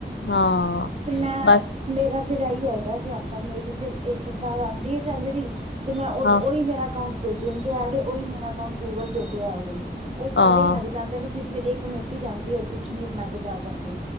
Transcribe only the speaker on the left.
ਹਾਂ
ਬਸ
ਹਾਂ
ਹਾਂ